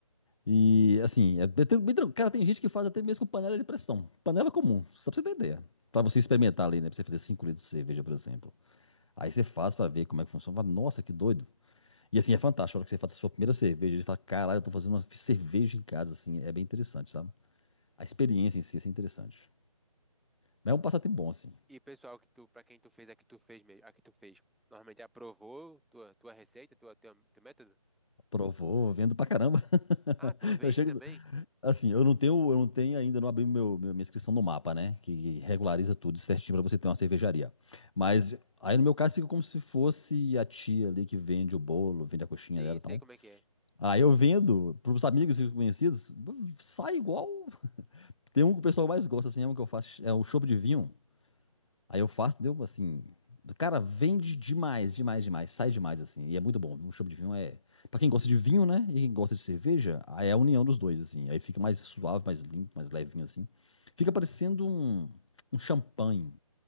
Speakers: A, on the left; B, in the centre.
A: E assim, é bem, tran- bem tranquilo. Cara, tem gente que faz até mesmo com panela de pressão. Panela comum, só pra você ter ideia. Pra você experimentar ali, né? Pra você fazer 5 litros de cerveja, por exemplo. Aí você faz pra ver como é que funciona. Fala, Nossa, que doido. E assim, é fantástico. A hora que você faz a sua primeira cerveja, você fala, caralho, eu tô fazendo uma cerveja em casa, assim. É bem interessante, sabe? A experiência em si assim, é interessante. Mas é um passatempo bom, assim.
B: E o pessoal que tu, para quem tu fez, a que tu fez mesmo, a que tu fez, normalmente aprovou tua tua receita, tua, tua teu método?
A: Provou, vendo pra caramba. <laughs>
B: Ah, tu vende
A: Eu chego.
B: também?
A: Assim, eu não tenho, eu não tenho ainda, não abri meu, meu- minha inscrição no mapa, né? Que regulariza tudo certinho pra você ter uma cervejaria. Mas aí no meu caso fica como se fosse a tia ali que vende o bolo, vende a coxinha
B: Sim,
A: dela e
B: sei
A: tal.
B: como é que é.
A: Aí eu vendo pros amigos e conhecidos, sai igual. Tem um que o pessoal mais gosta, assim, é um que eu faço, é o chopp de vinho. Aí eu faço, entendeu? Assim, cara, vende demais, demais, demais. Sai demais, assim. E é muito bom. Um chopp de vinho é. Pra quem gosta de vinho, né? E quem gosta de cerveja, aí é a união dos dois, assim. Aí fica mais suave, mais limpo, mais levinho, assim. Fica parecendo um, um champanhe.